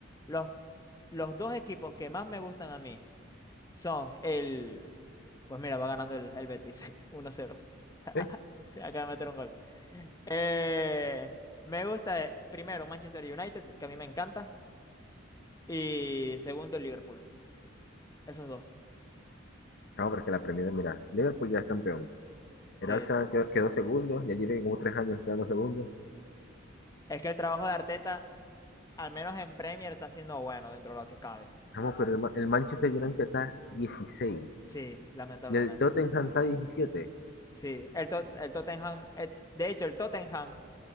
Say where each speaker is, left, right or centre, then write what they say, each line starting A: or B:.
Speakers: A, on the left; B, on the left.
A: los, los dos equipos que más me gustan a mí son el. Pues mira, va ganando el, el Betis <laughs> 1-0. <laughs>
B: Sí,
A: Acaba de meter un gol. Eh, me gusta, eh, primero, Manchester United, que a mí me encanta. Y segundo, el Liverpool. Esos dos.
B: chamo, porque la Premier, mira, Liverpool ya es campeón. El
A: Sí,
B: Arsenal
A: sí.
B: quedó, quedó segundo, ya tiene como tres años quedando segundo.
A: Es que el trabajo de Arteta, al menos en Premier, está siendo bueno dentro de lo que cabe.
B: Chamo,
A: Ah,
B: pero el, Ma- el Manchester United está 16
A: sí, lamentablemente.
B: y el Tottenham está diecisiete
A: Sí, el, Tot- el Tottenham, eh, de hecho, el Tottenham